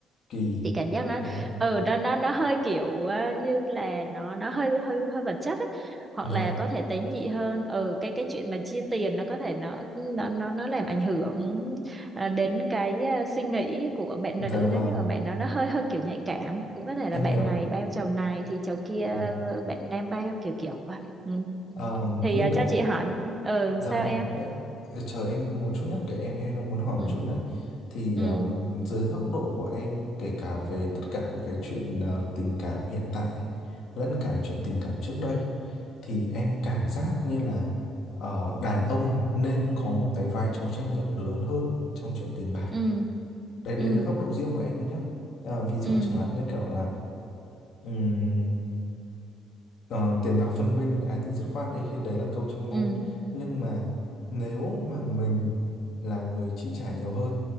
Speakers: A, on the left; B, on the right.
A: kỳ
B: chị cảm giác nó
A: đúng không ạ?
B: ừ nó nó nó hơi kiểu ờ, như là nó nó hơi hơi hơi vật chất ấy. hoặc
A: dạ
B: là có thể tế nhị hơn ừ cái cái chuyện mà chia tiền nó có thể nó nó nó nó làm ảnh hưởng ờ, đến cái ờ, suy nghĩ của bạn nữ
A: dạ vâng
B: nếu như mà bạn đó nó hơi hơi kiểu nhạy cảm cũng có thể
A: em
B: là bạn
A: hiểu
B: này bao chầu này thì chầu kia ờ,
A: dạ
B: bạn nam bao kiểu kiểu vậy ừ.
A: Ờm,
B: thì
A: như
B: ờ,
A: kiểu
B: cho chị hỏi ừ
A: Dạ
B: sao
A: vâng,
B: em
A: đấy, ờ, chờ em một chút nhé, để em, em đang muốn hỏi một
B: ừ
A: chút này. Thì
B: ừ
A: um, dưới góc độ của em, kể cả về tất cả các cái chuyện ờ, tình cảm hiện tại, lẫn cả chuyện tình cảm trước đây, thì em cảm giác như là ờ, đàn ông nên có một cái vai trò trách nhiệm lớn hơn trong chuyện tiền bạc.
B: ừ
A: Đấy, đấy
B: ừ
A: là góc độ riêng của em thôi nhé. À, ví dụ
B: ừ
A: chẳng hạn như kiểu là Ờ, tiền bạc phân minh ái tình dứt khoát đi đấy là câu châm ngôn
B: ừ
A: nhưng mà nếu mà mình là người chi trả nhiều hơn